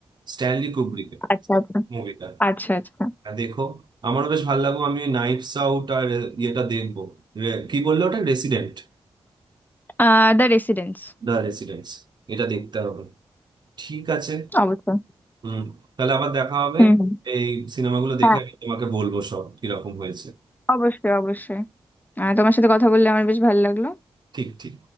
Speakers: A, on the right; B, on the left.
A: Stanley কুব্রিকের
B: আচ্ছা আচ্ছা
A: মুভিটা
B: আচ্ছা আচ্ছা
A: হ্যাঁ, দেখো আমারও বেশ ভালো লাগলো আমি নাইটস আউট আর ইয়েটা দেখবো রে- কি বললো ওটা রেসিডেন্ট
B: আহ The residence
A: দা রেসিডেন্টস এটা দেখতে হবে ঠিক আছে
B: অবশ্যই
A: হুম তাহলে আবার দেখা হবে
B: হুম হুম।
A: এই সিনেমাগুলো দেখে
B: হ্যাঁ
A: আমি তোমাকে বলবো সব কিরকম হয়েছে
B: অবশ্যই অবশ্যই আহ, তোমার সাথে কথা বললে আমার বেশ ভালো লাগলো
A: ঠিক ঠিক